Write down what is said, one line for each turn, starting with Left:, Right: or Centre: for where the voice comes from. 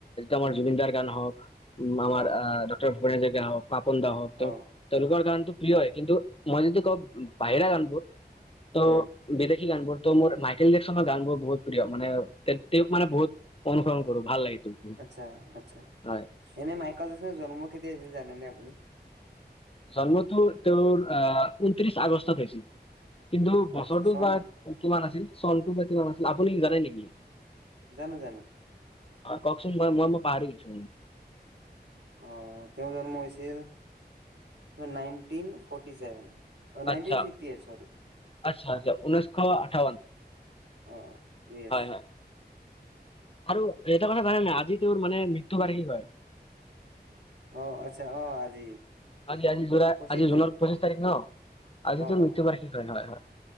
Left: আমাৰ
Right: উম
Left: জুবিনদাৰ গান হওক, উ আমাৰ
Right: অ
Left: আহ ডক্টৰ ভূপেন হাজৰিকা হওক, পাপন দা হ। তেওঁ
Right: অ
Left: তেওলোকৰ গান প্ৰিয় হয়, কিন্তু মই যদি কওঁ বাহিৰা গানবোৰ ত
Right: উম
Left: বেলেগ সি গান বোৰতো মোৰ মাইকেল জেকচনৰ গানবোৰ বহুত প্ৰিয় মানে তেওঁক মানে বহুত অনুসৰণ কৰো, ভাল লাগে। তেওঁক বহুত।
Right: আচ্ছা আচ্ছা,
Left: হয়
Right: এনে মাইকেল জেকছনৰ জন্ম কেতিয়া হৈছিল জানেনে আপুনি?
Left: জন্মটো তেওঁৰ আহ ঊনত্ৰিছ আগষ্টত হৈছিল। কিন্তু বছৰটো
Right: আচ্ছা চন
Left: বা কিমান আছিল চনটো বা কিমান আছিল? আপুনি জানে নেকি?
Right: জানো, জানো।
Left: আহ কওকচোন। মই-মই-মই পাহৰি গৈছো মানে।
Right: অ তেওঁ জন্ম হৈছিল নাইন্টিন ফৰ্টি ছেভেন, অ নাইন্টিন
Left: আচ্ছা
Right: ফিফটিহে, চৰি।
Left: আচ্ছা, আচ্ছা। ঊনৈছশ আঠাৱন।
Right: অঁ য়েছ।
Left: হয় হয় আৰু এটা কথা জানে নাই? আজি তেওঁৰ মানে মৃত্যু বাৰ্ষিক হয়।
Right: অ, আচ্ছা। অ আজি
Left: আজি আজি জুলাই,
Right: পঁচিছ
Left: আজি
Right: জুন
Left: জুনৰ পঁচিছ তাৰিখ ন? আজিতো
Right: অ', অ',
Left: মৃত্যু বাৰ্ষিক হয়। হয়, হয়।